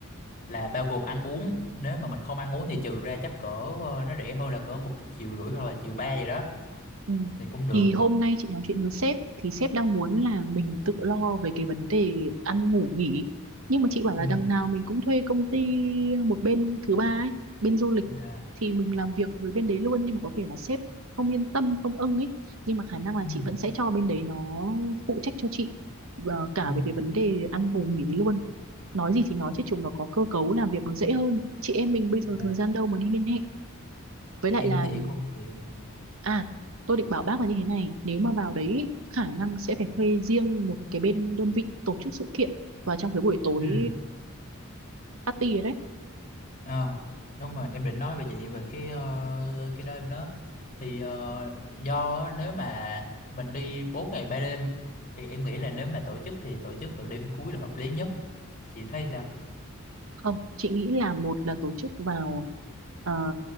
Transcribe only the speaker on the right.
Ừ.
Thì hôm nay chị nói chuyện với sếp thì sếp đang muốn là mình tự lo về cái vấn đề ăn ngủ nghỉ nhưng mà chị bảo là
đằng nào mình cũng thuê công ty một bên thứ ba ấy, bên du lịch
thì mình làm việc với bên đấy luôn nhưng mà có vẻ là sếp không yên tâm không ưng ấy nhưng mà khả năng là
chị vẫn sẽ cho bên đấy nó phụ trách cho chị và cả
về cái vấn đề ăn ngủ nghỉ đấy luôn nói gì thì nói chứ chúng nó có cơ cấu làm việc nó dễ hơn chị em mình bây
giờ thời gian đâu mà đi liên hệ với lại
là
À, tôi định bảo bác là như thế này, nếu mà vào đấy ý, khả năng sẽ phải thuê riêng một cái bên đơn vị tổ chức sự kiện vào trong cái buổi tối
ờ, party ấy đấy.
Không, chị nghĩ là một là tổ chức vào ờ,